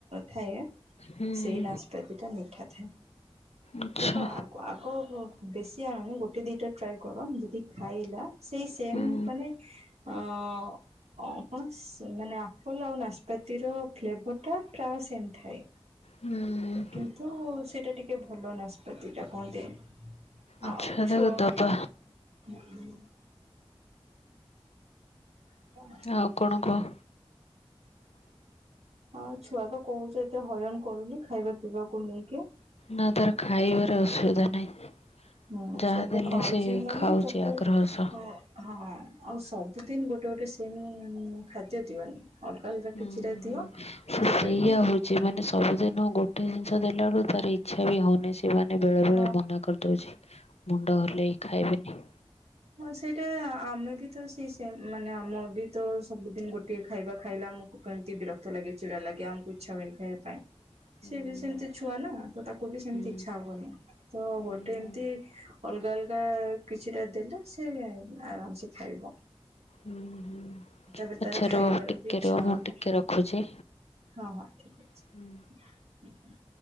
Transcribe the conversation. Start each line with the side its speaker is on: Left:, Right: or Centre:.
Right: ଥାଏ
Left: ହୁଁ
Right: ସେଇ ନାସ ଟା ମିଠା ଥାଏ
Left: ଆଚ୍ଛା
Right: ଦେଖ ଆଗ ଓହୋ ବେଶୀ ଆଣନି ଗୋଟେ ଦିଟା ଟ୍ରାଏ କର ଯଦି ଖାଇଲା। ସେଇ ସେମ
Left: ହୁଁ
Right: ମାନେ ଅ କଣ ମାନେ ଆପଲ ଆଉ ନା ପାତିର ଫ୍ଲେଭର ଟା ପ୍ରାୟ ସେମ ଥାଏ।
Left: ହୁଁ।
Right: କିନ୍ତୁ ସେଇଟା ଟିକେ ଭଲ ନାଷ୍ପତ୍ତିଟା କୁହନ୍ତି।
Left: ଆଚ୍ଛା
Right: ଆଉ
Left: ତାକୁ
Right: ଛୁଆକୁ
Left: ଦବା
Right: ହୁଁ। <unintelligible>
Left: ଆଉ କଣ କହ?
Right: ହଁ ଛୁଆ ତ କହୁଛ ଏତେ ହଇରାଣ କରୁନି ଖାଇବା ପିଇବାକୁ ନେଇକି।
Left: ନା ତାର ଖାଇବାର ଅସୁବିଧା ନାହିଁ।
Right: ହୁଁ
Left: ଯାହା
Right: ସବୁ
Left: ଦେଲେ
Right: ଖାଉଛି
Left: ସେ
Right: ମାନେ
Left: ଖାଉଛି
Right: ତାକୁ
Left: ଆଗ୍ରହ ସହ।
Right: ହଁ ଆଉ ସବୁଦିନ ଗୋଟେ ଗୋଟେ ସେମ ଖାଦ୍ୟ ଦିଅନ। ଅଲଗା ଅଲଗା
Left: ହୁଁ
Right: କିଛିଟା
Left: ହୁଁ।
Right: ଦିଅ
Left: ସେ
Right: ଯୋଉଟା
Left: ସେଇଆ
Right: କି
Left: ହଉଛି ମାନେ ସବୁଦିନ ଗୋଟେ ଜିନିଷ ଦେଲା ବେଳକୁ ତାର ଇଚ୍ଛା ବି ହଉନି ସେମାନେ ବେଳେ
Right: ହଁ।
Left: ବେଳେ ମନା କରି ଉଛି ମୁଣ୍ଡ ହଲେଇ ଖାଇବେନି।
Right: ହ ହଁ ସେଇଟା ଆମେ ବି ତ ସେଇ ସେମ ମାନେ ଆମ ବି ତ ସବୁଦିନ ଗୋଟେ ଖାଇବା ଖାଇଲା ଆମକୁ କେମିତି ବିରକ୍ତ ଲାଗେ ଚିଡ଼ା ଲାଗେ ଆମକୁ ଇଚ୍ଛା ହୁଏନି ଖାଇବାକୁ।
Left: ହୁଁ
Right: ସିଏ ବି ସେମିତି ଛୁଆ ନା ତ ତାକୁ ବି ସେମିତି
Left: ହୁଁ
Right: ଇଚ୍ଛା ହବନି ତ
Left: ହୁଁ
Right: ଗୋଟେ ଏମତି ଅଲଗା ଅଲଗା କିଛିଟା ଦେଲେ ସେ ଆରାମ ସେ ଖାଇବ।
Left: ହୁଁ ହୁଁ
Right: ତାପରେ
Left: ଆଛା
Right: ତାର ଖାଇବାର
Left: ରୁହ ଟିକେ
Right: ବି ଇଚ୍ଛା
Left: ରୁହ
Right: ହବ
Left: ମୁଁ ଟିକେ ରଖୁଛି।
Right: ହଁ ହଁ ଠିକ ଅଛି।
Left: ହୁଁ।